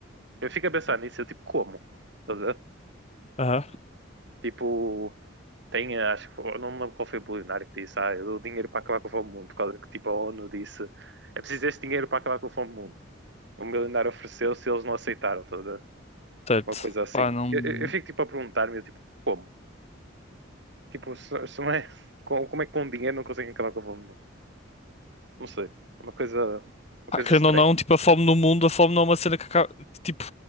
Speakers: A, on the right (about 60°); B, on the left (about 35°).
A: Eu fico a pensar nisso, eu tipo, como? Estás a ver?
B: Aham.
A: Tipo, tem, eh, acho que, foi- não me lembro qual foi o bilionário que disse, ah, eu dou dinheiro para acabar com a fome do mundo, por causa que, tipo, a ONU disse, é preciso este dinheiro para acabar com a fome do mundo. O milionário ofereceu-se e eles não aceitaram, estás a ver?
B: Certo.
A: Uma coisa assim.
B: Pá, não.
A: Eu, eu- eu fico, tipo, a perguntar-me, eu, tipo, como? Tipo, se, se não é, <laughs> com- como é que com dinheiro não conseguem acabar com a fome? Não, não sei. É uma coisa, uma
B: Pá,
A: coisa
B: querendo
A: estranha.
B: ou não, tipo, a fome no mundo, a fome não é uma cena que acaba, tipo,